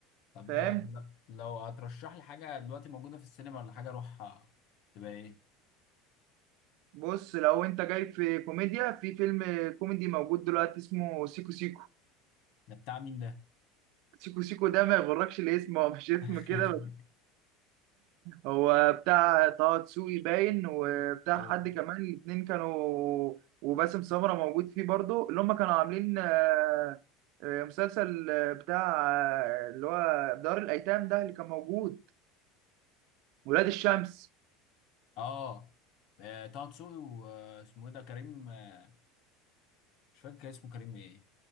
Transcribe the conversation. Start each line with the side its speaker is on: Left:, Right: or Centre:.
Left: طب
Right: فاهم
Left: آه، لو هترشح لي حاجة دلوقتي موجودة في السينما ولا حاجة أروحها تبقى إيه؟
Right: بص لو انت جاي في كوميديا في فيلم كوميدي موجود دلوقتي اسمه سيكو سيكو
Left: ده بتاع مين ده؟
Right: سيكو سيكو ده ما يغركش الاسم هو مش اسم
Left: <laughs>
Right: كده بس هو بتاع طه دسوقي باين وبتاع
Left: هو
Right: حد كمان الاتنين كانوا وباسم سمرة موجود فيه برضو اللي هم كانوا عاملين آه، آه، مسلسل آه، بتاع آه، اللي هو دار الأيتام ده اللي كان موجود ولاد الشمس
Left: آه آه، طه دسوقي واسمه إيه ده كريم آه، مش فاكر كان اسمه كريم إيه؟